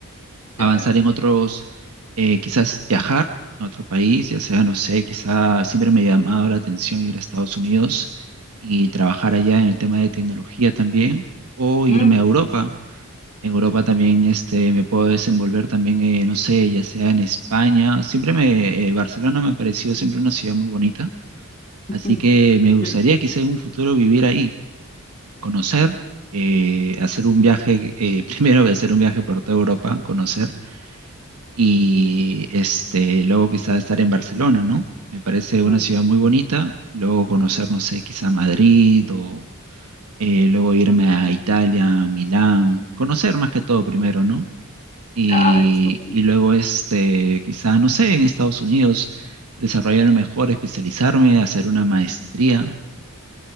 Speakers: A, on the right (about 85°); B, on the left (about 30°).
A: avanzar
B: ya veo.
A: en otros, eh, quizás viajar a otro país, ya sea, no sé, quizás siempre me ha llamado la atención ir a Estados Unidos y trabajar allá en el tema de tecnología también, o irme
B: Mm,
A: a Europa. En Europa también este, me puedo desenvolver también, eh, no sé, ya sea en España. Siempre me, eh, Barcelona me ha parecido siempre una ciudad muy bonita,
B: <laughs>
A: así que me gustaría
B: sí,
A: quizá en un futuro vivir ahí, conocer. eh, hacer un viaje, eh, <laughs> primero voy a hacer un viaje por toda Europa, conocer, y este, luego quizá estar en Barcelona, ¿no? Me parece una
B: mm.
A: ciudad muy bonita, luego conocer, no sé, quizá Madrid o eh, luego irme a Italia, Milán, conocer más que todo primero, ¿no? Y,
B: Ah, esto también.
A: y luego, este, quizá, no sé, en Estados Unidos, desarrollarme mejor, especializarme, hacer una maestría,